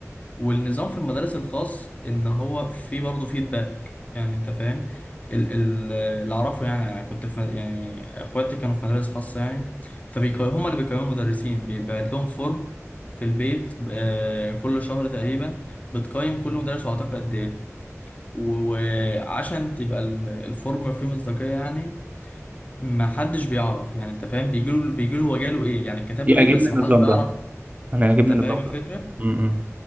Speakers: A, on the left; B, on the right.
A: والنظام في المدارس الخاص ان هو في برضه فيدباك يعني انت فاهم ال- ال- اللي اعرفه يعني انا كنت في يعني اخواتي كانوا في مدارس خاصه يعني فبيقيموا هم اللي بيقيموا المدرسين بيتبعت لهم فورم في البيت آه، كل شهر تقريبا بتقيم كل مدرس وعطاك قد ايه و- وعشان تبقى ال- الفورم فيه مصداقيه يعني ما حدش بيعرف يعني انت فاهم بيجيله بيجيله هو جاله ايه يعني كتب
B: يعجبني
A: له ايه بس ما
B: النظام
A: حدش بيعرف
B: ده أنا يعجبني
A: انت فاهم
B: النظام
A: الفكره
B: ده مم.